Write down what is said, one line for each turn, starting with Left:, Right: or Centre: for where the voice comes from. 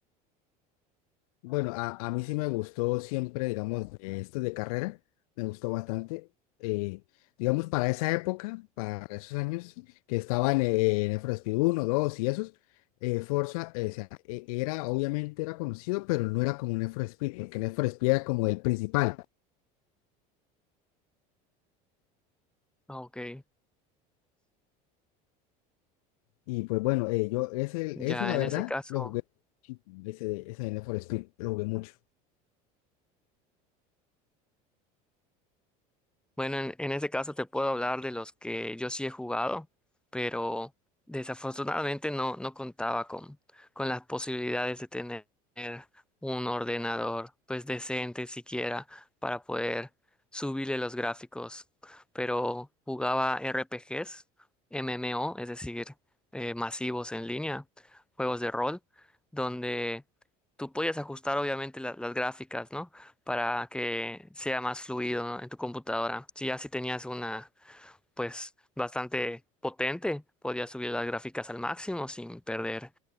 Left: Bueno, a, a mí sí me gustó siempre, digamos, eh, esto de carrera, me gustó bastante. eh, digamos, para esa época, para esos años que estaban eh, en el Need for 1, 2 y esos, eh, Forza, eh, o sea, e- era, obviamente era conocido, pero no era como un Need for Speed, porque Need for Speed era como el principal.
Centre: Ah, Ok,
Left: Y pues bueno, eh, yo ese,
Centre: ya
Left: ese la
Centre: en
Left: verdad
Centre: ese caso.
Left: lo jugué, muchísimo, ese, de- ese de Need for Speed, lo jugué mucho.
Centre: Bueno, en, en ese caso te puedo hablar de los que yo sí he jugado, pero desafortunadamente no, no contaba con, con las posibilidades de tener un ordenador pues decente siquiera para poder subirle los gráficos. Pero jugaba RPGs, MMO, es decir, eh, masivos en línea, juegos de rol, donde tú podías ajustar obviamente la- las gráficas, ¿no? para que sea más fluido, ¿no? en tu computadora. Si ya si tenías una, pues bastante potente, podías subir las gráficas al máximo sin perder